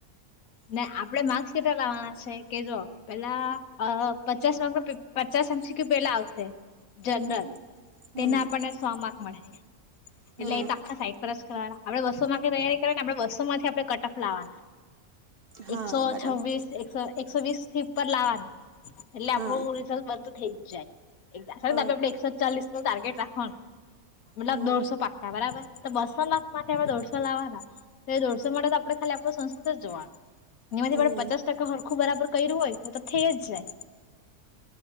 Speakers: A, on the left; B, on the right.
A: ને આપડે માર્ક્સ કેટલા લાવવાના છે કે જો પેલા પચાસ માકનું પે પચાસ એમ સી ક્યૂ પેલા આવશે જનરલ
B: હમ હમ
A: તેને આપણને સો માર્ક મળે.
B: હમ
A: એટલે એતો આખા સાઈડ પર જ કરવાના એટલે એ તો આખા સાઇડ પર જ કરવાના આપડે બસો માંકની તૈયારી કરવા ને આપડણે બસોમાંથી આપણે કટ ઓફ લાવવાના
B: હા
A: એકસો
B: બરાબર
A: છવ્વીસ એકસો એકસો વીસ થી ઉપર લાવવાના. એટલે આપણું
B: હા
A: રિઝલ્ટ બંધ થઇ જ જાય
B: ઓકે
A: <unintelligible> આપડે એકસો ચાલીસ નો ટાર્ગેટ રાખવાનું. મતલબ
B: હમ
A: દોઢસો પાકા બરાબર તો બસો માંથી હવે દોઢસો લાવવાના. તો એ દોડસો માટે જ આપણે ખાલી આપણો સંસ્કૃત જ જોવાનું. એનીમાંથી
B: હમ
A: આપડે પચાસ ટકા હરખું બરાબર કર્યું હોય તો તો થઈ જ જાય.